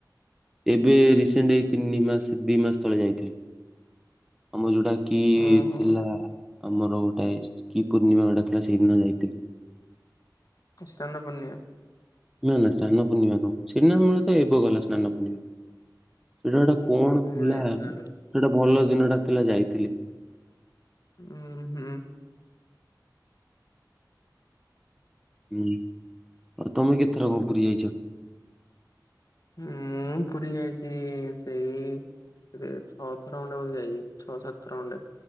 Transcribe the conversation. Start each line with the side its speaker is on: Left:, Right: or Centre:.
Centre: ଏବେ ରିସେଣ୍ଟ ଏଇ ତିନି ମାସ ଦି ମାସ ତଳେ ଯାଇଥିଲି। ଆମର ଯୋଉଟା କିଏ
Left: ଓହୋ
Centre: ଥିଲା? ଆମର ଗୋଟେ ସ୍ କିି ପୂର୍ଣ୍ଣିମା ଗୋଟେ ଥିଲା ସେଇଦିନ ଯାଇଥିଲି।
Left: ସ୍ନାନ ପୂର୍ଣ୍ଣିମା।
Centre: ନା ନା ସ୍ନାନ ପୂର୍ଣିମା ନୁହଁ ସ୍ନାନ ପୂର୍ଣ୍ଣିମା ତ ଏବେ ଗଲା ସ୍ନାନ ପୂର୍ଣିମା। ସେଟା
Left: ଓହୋ
Centre: ଗୋଟେ କଣ
Left: ୟା ପୂର୍ବରୁ
Centre: ଥିଲା?
Left: ଯାଇଥିଲୁ ତାହେଲେ।
Centre: ସେଟା ଭଲ ଦିନଟା ଥିଲା ଯାଇଥିଲି।
Left: ହୁଁ ହୁଁ।
Centre: ହୁଁ। ଆଉ ତମେ କେତେଥର ପୁରୀ ଯାଇଛ?
Left: ହୁଁ ପୁରୀ ଯାଇଛି ସେଇ ଏ ଛଅଥର ଖଣ୍ଡେ ମୁଁ ଯାଇଛି ଛଅ ସାତଥର ଖଣ୍ଡେ।